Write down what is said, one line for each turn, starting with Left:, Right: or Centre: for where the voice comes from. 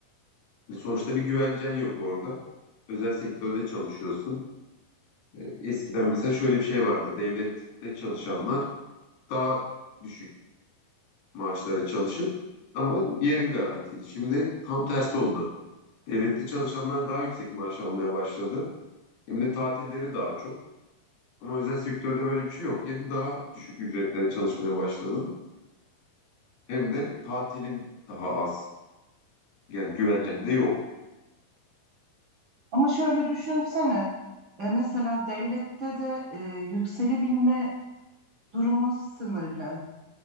Left: Yani sonuçta bir güvencen yok orada. Özel sektörde çalışıyorsun. Ee, eskiden mesela şöyle bir şey vardı. Devlette çalışanlar daha düşük maaşlara çalışıp ama yerin garantiydi. Şimdi tam tersi oldu. Devlette çalışanlar daha yüksek maaş almaya başladı. Hem de tatilleri daha çok. Ama özel sektörde böyle bir şey yok. Hem daha düşük ücretlere çalışmaya başladın. Hem de tatilin daha az. Yani güvencen de yok.
Right: Ama şöyle düşünsene. E, mesela devlette de e, yükselebilme durumu sınırlı.